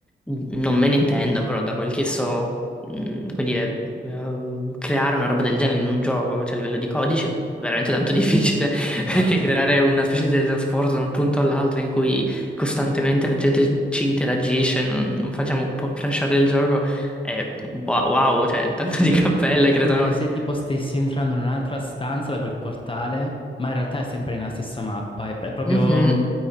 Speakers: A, in the centre; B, on the left.
A: Non me ne intendo, però, da quel che so, mh, come dire, ehm, creare una roba del genere in un gioco, cioè a livello di codice, è veramente tanto <laughs> difficile,
B: Esatto.
A: perché creare una specie di teletrasporto da un punto all'altro in cui costantemente la gente ci interagisce, non, non facciamo un po' crashare il gioco, è wa- wow, cioè tanto
B: Sì,
A: di cappelle
B: è è
A: ai creatori.
B: come se tipo stessi entrando in un'altra stanza da quel portale, ma in realtà è sempre nella stessa mappa. È, è proprio
A: Mhm.
B: mh,